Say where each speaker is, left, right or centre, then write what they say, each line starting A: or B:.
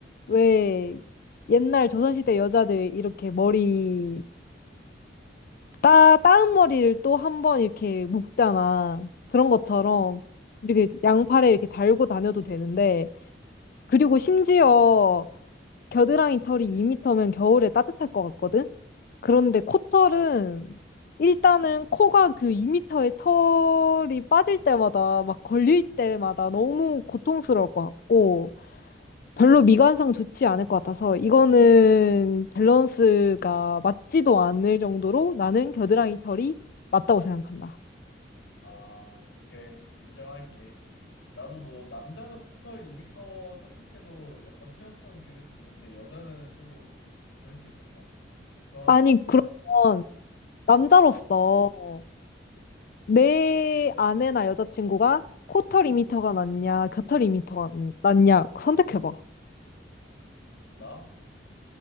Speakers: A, on the left (about 50°); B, on the left (about 85°).
A: 왜 옛날 조선시대 여자들 이렇게 머리 따 따은 머리를 또 한번 이렇게 묶잖아. 그런
B: 음.
A: 것처럼 이렇게 양팔에 이렇게 달고 다녀도 되는데 그리고 심지어 겨드랑이 털이 2미터면 겨울에 따뜻할 것 같거든. 그런데 코털은 일단은 코가 그 2미터의 털이 빠질 때마다 막 걸릴 때마다 너무 고통스러울 것 같고 별로 미관상 좋지 않을 것 같아서 이거는 밸런스가 맞지도 않을 정도로 나는 겨드랑이 털이 맞다고 생각한다.
B: 아, 오케이. 인정할게. 나도 뭐 남자는 코털 2m 선택해도 약간 수염처럼 기를 수 있는데 여자는 조금 그럴 수 있겠다. 그럼
A: 아니, 그러면
B: 아,
A: 남자로서
B: 어,
A: 내 아내나 여자친구가 코털 2미터가 낫냐, 겨털 2미터가 낫냐 선택해봐.
B: 나?